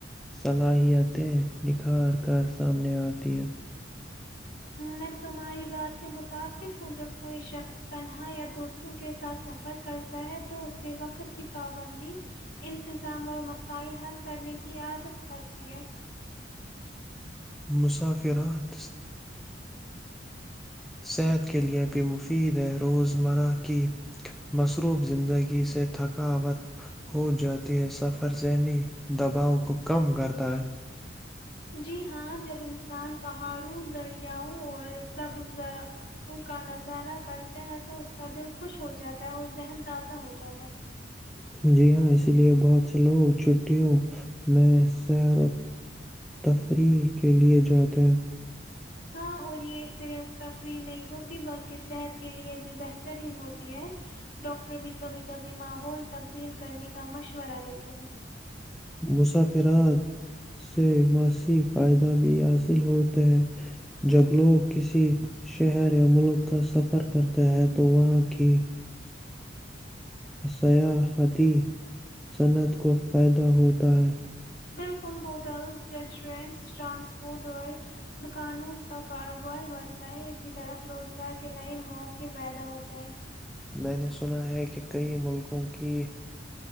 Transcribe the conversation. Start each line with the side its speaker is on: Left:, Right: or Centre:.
Centre: صلاحیتیں نکھار کر سامنے آتی ہے
Left: مت <inaudible> تمہاری بات سے متفق ہوں جب کوئی شخص تنہا یا دوستوں کے ساتھ سفر کرتا ہے تو سے وقت کی پابندی انتظام اور مسائل حل کرنے کی عادت پڑتی ہے
Centre: مسافرات صحت کیلئے بھی مفید ہے روزمرہ کی مصروف زندگی سے تھکاوت ہو جاتی ہے سفر ذہنی دباؤ کو کم کرتا ہے
Left: جی ہاں جب انسان پہاڑوں دریاؤوں اور سب زر کا نظارہ کرتے ہیں تو اس کا دل خوش ہو جاتا ہے اور ذہن تازہ ہو جاتا ہے
Centre: جی ہاں اسی لیے بہت سے لوگ چھٹیوں میں سیر و تفریح کے لیے جاتے ہیں
Left: ہاں اور یہ صرف تفریح نہیں ہوتی بلکہ صحت کے لیئے بھی بہترین ہوتی ہے ڈاکٹر بھی کبھی کبھی ماحول تبدیل کرنے کا مشورہ دیتے ہیں
Centre: مسافرات سے ماسی فائدہ بھی حاصل ہوتے ہیں جب لوگ کسی شہر یا ملک کا سفر کرتے ہیں تو وہاں کی سیاحتی صنعت کو فائدہ ہوتا ہے <inaudible>
Left: بالکل ہوٹلز ریسٹورنٹس ٹرانسپورٹ اور دکانوں کا کاروبار بڑھتا ہے اسی طرف روزگار کے نئے موقعے پیدا ہوتے ہیں
Centre: میں نے سنا ہے کہ کئی ملکوں کی